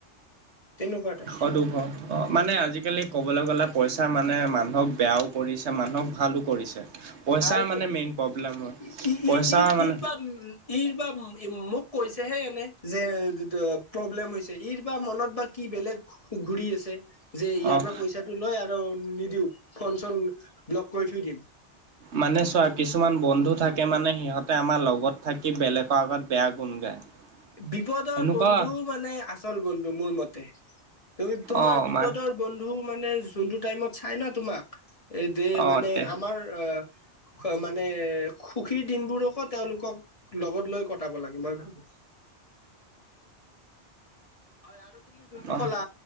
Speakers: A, on the left (about 30°); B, on the right (about 70°).
A: তেনেকুৱা টাইপ
B: সদুভ অ, মানে আজিকালি কবলৈ গলে পইচা মানে মানুহক বেয়াও কৰিছে, মানুহক ভালো কৰিছে। পইচাই
A: ভাল কৰিছে।
B: মানে মেইন প্ৰব্লেম হয়
A: ই-
B: পইচা
A: ই- ই আৰু
B: মানে
A: বা উম, ইৰ বা মোক কৈছেহে এনে যে প্ৰব্লেম হৈছে ইৰ বা মনত বা কি বেলেগ <unintelligible> ঘূৰি আছে। যে ইয়াৰ
B: অ
A: পৰা পইচাটো লয় আৰু নিদিও, ফোন চোন ব্লক কৰি থৈ দিম।
B: মানে চোৱা কিছুমান বন্ধু থাকে মানে সিহঁতে আমাৰ লগত থাকি বেলেগৰ আগত বেয়া গুণ গায়। <inaudible>
A: বিপদৰ
B: এনেকুৱা
A: বন্ধু মানে আচল বন্ধু মোৰ মতে। তুমি তোমাৰ
B: অ'
A: বিপদৰ
B: মাৰ
A: বন্ধু মানে যোনটো টাইমত চাই ন তোমাক এ যে
B: অ'
A: মানে
B: তে
A: আমাৰ অ, মানে সুখীৰ দিনবোৰকো তেওঁলোকক লগত লৈ কটাব লাগে মই ভাবো। হয় আৰু তুমি যোনটো
B: অ'
A: ক'লা,